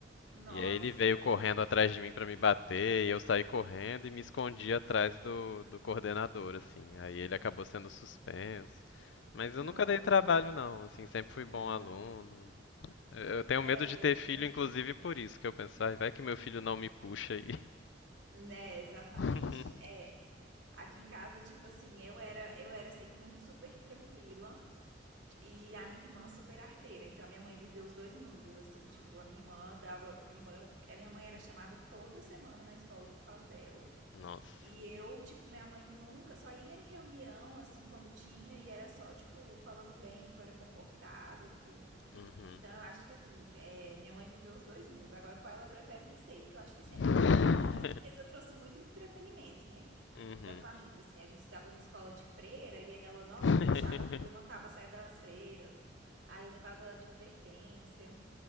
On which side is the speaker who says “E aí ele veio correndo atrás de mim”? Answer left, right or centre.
Left